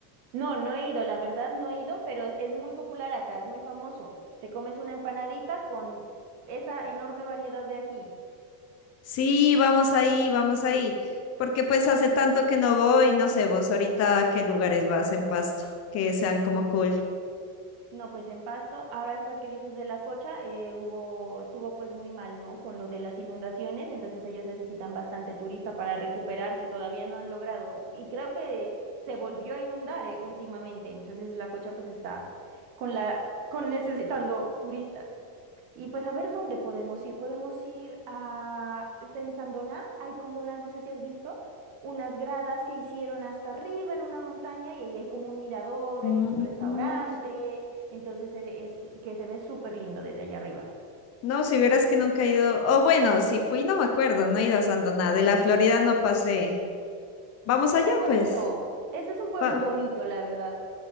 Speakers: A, on the right; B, on the left.
A: No, no he ido, la verdad no he ido, pero es muy popular acá, es muy famoso. Te comes una empanadita con esa enorme variedad de ají.
B: Sí, vamos ahí, vamos ahí. Porque pues hace tanto que no voy, no sé, vos ahorita a qué lugares vas en Pasto, que sean como cool.
A: No, pues en Pasto. Ahora, pues, que dices de la Cocha? Eh, hubo, estuvo pues muy mal, ¿no? Con lo de las inundaciones, entonces ellos necesitan bastante turista para recuperarse, todavía no han logrado. Y creo que se volvió a inundar, eh, últimamente, entonces la Cocha pues está con la, con necesitando turistas. Y pues a ver dónde podemos ir. Podemos ir a... pues, En Sandona hay como unas, no sé si has visto, unas gradas que hicieron hasta arriba en una montaña y ahí hay como un mirador,
B: Mm,
A: hay un restaurante,
B: mm.
A: entonces se- es que se ve súper lindo desde allá arriba.
B: No, si vieras que nunca he ido, o bueno, si fui no me acuerdo, no he ido a Sandona, de la Florida no pasé. Vamos allá
A: Es bonito.
B: pues.
A: Ese es un pueblo
B: Va-
A: bonito, la verdad.